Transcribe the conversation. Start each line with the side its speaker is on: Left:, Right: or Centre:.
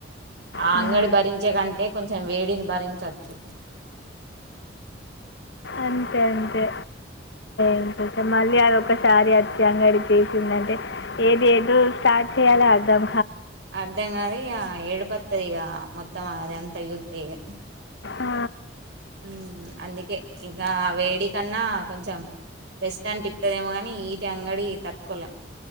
Right: ఆ
Left: హ్మ్.
Right: అంగడి భరించే కంటే కొంచెం వేడిని భరించోచ్చు ఉమ్
Left: అంతే అంతే ఇంతప్ప మళ్ళీ అదొక్కసారి వచ్చి అంగడి చేసింది అంటే ఏది ఎదో స్టార్ట్ చేయలో అర్ధం
Right: అర్ధం కాదు ఇగ ఏడుపోతది ఇగ మొత్తం అది అంతా చూతే ఇగ
Left: ఆ!
Right: ఉమ్ అందుకే ఇంకా ఆ వేడి కన్నా కొంచెం రెస్ట్ అంటి ఇట్టదేమో గాని వీటి అంగడి తట్టుకోలేం